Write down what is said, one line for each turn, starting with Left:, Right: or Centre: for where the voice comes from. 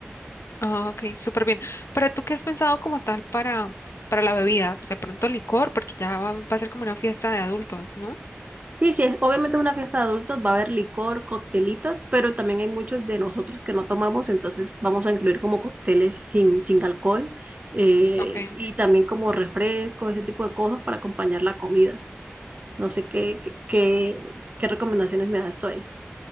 Left: Ah, ok, súper bien. Pero tú qué has pensado como tal para, para la bebida? De pronto licor, porque ya va, va a ser como una fiesta de adultos, ¿no?
Right: Sí, sí, es- obviamente es una fiesta de adultos, va a haber licor, coctelitos, pero también hay muchos de nosotros que no tomamos, entonces vamos a incluir como cócteles sin, sin alcohol eh,
Left: Ok.
Right: y también como refrescos, ese tipo de cosas para acompañar la comida. No sé qué, qué, qué, qué recomendaciones me das tú ahí.